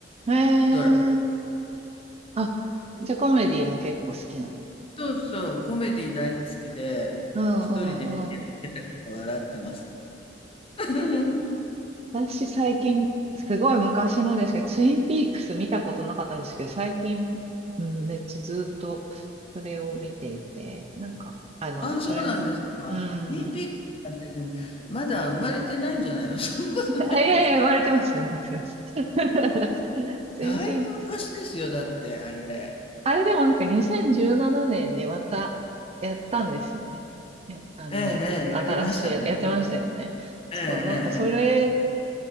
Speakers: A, on the right; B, on the left.
A: へえ
B: ドラ
A: ー、あ、じゃあコメディも結構好きなの。
B: マ。そうそう、コメディ大好きで、
A: うんうんうん。
B: 一人で笑ってます。<laughs>
A: 私最近、すごい昔のですけど、ツインピークス見たことなかったんですけど、最近、うん、めっちゃずっとそれを見ていて、なんか、
B: あ、
A: それも、
B: そうなんですか。
A: うん、
B: オリンピックなんてね、まだ生まれてないんじゃないの <laughs> そんなことないです。
A: あ、いやいや、言われてます、言われてます。<laughs> ツインピークス。
B: だいぶ昔ですよ、だって、あれ。
A: あれでもなんか2017年にまたやったんですよね。やあの、
B: ええ、ええ、
A: 新しいや、
B: やりましたね。
A: やってましたよね。そう、
B: ええ、ええ、
A: なんかそれ